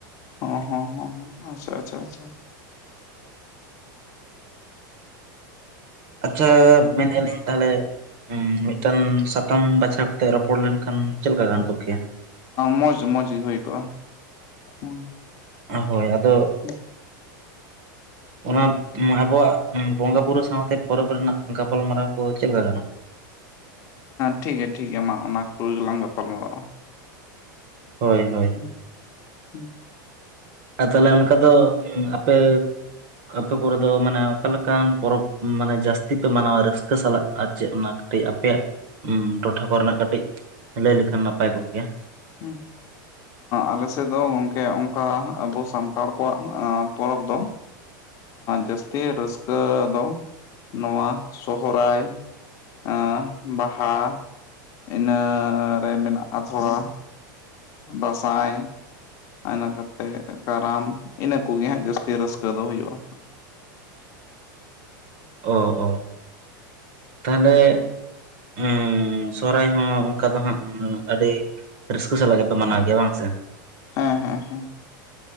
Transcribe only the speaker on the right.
ᱟᱪᱷᱟ ᱢᱮᱱᱮᱫᱼᱟ ᱞᱤᱧ ᱛᱟᱦᱚᱞᱮ ᱦᱩᱸ ᱢᱤᱫᱴᱟᱝ ᱥᱟᱛᱟᱢ ᱵᱟᱪᱷᱟᱣ ᱠᱟᱛᱮᱜ ᱨᱚᱯᱚᱲ ᱞᱮᱱᱠᱷᱟᱱ ᱪᱮᱫ ᱞᱮᱠᱟ ᱜᱟᱱ ᱠᱚᱜ ᱠᱮᱭᱟ
ᱦᱳᱭ ᱟᱫᱚ
ᱚᱱᱟ ᱟᱵᱚᱣᱟᱜ ᱵᱚᱸᱜᱟ ᱵᱩᱨᱩ ᱥᱟᱶᱛᱮ ᱯᱚᱨᱚᱵᱽ ᱨᱮᱱᱟᱜ ᱜᱟᱯᱟᱞ ᱢᱟᱨᱟᱣ ᱠᱚ ᱪᱮᱫ ᱞᱮᱠᱟ ᱜᱟᱱᱚᱜᱼᱟ᱾
ᱦᱳᱭ ᱦᱳᱭ
ᱟᱨ ᱛᱟᱦᱚᱞᱮ ᱚᱱᱠᱟ ᱫᱚ ᱟᱯᱮ ᱟᱯᱮ ᱠᱚᱨᱮ ᱫᱚ ᱢᱟᱱᱮ ᱚᱠᱟ ᱞᱮᱠᱟᱱ ᱯᱚᱨᱚᱵᱽ ᱢᱟᱱᱮ ᱡᱟᱹᱥᱛᱤ ᱯᱮ ᱢᱟᱱᱟᱣᱟ ᱨᱟᱹᱥᱠᱟᱹ ᱥᱟᱞᱟᱜ ᱟᱨ ᱪᱮᱫ ᱚᱱᱟ ᱠᱟᱹᱴᱤᱡ ᱟᱯᱮᱭᱟᱜ ᱴᱚᱴᱷᱟ ᱠᱚᱨᱮᱱᱟᱜ ᱠᱟᱹᱴᱤᱡ ᱞᱟᱹᱭ ᱞᱮᱠᱷᱟᱱ ᱱᱟᱯᱟᱭ ᱠᱚᱜ ᱜᱮᱭᱟ
ᱚ ᱚ ᱛᱟᱦᱚᱞᱮ ᱦᱩ ᱥᱚᱨᱦᱟᱭ ᱦᱚᱸ ᱚᱱᱠᱟ ᱫᱚ ᱦᱟᱸᱜ ᱟᱹᱰᱤ ᱨᱟᱹᱥᱠᱟᱹ ᱥᱟᱞᱟᱜ ᱜᱮᱯᱮ ᱢᱟᱱᱟᱣ ᱜᱮᱭᱟ ᱵᱟᱝ ᱥᱮ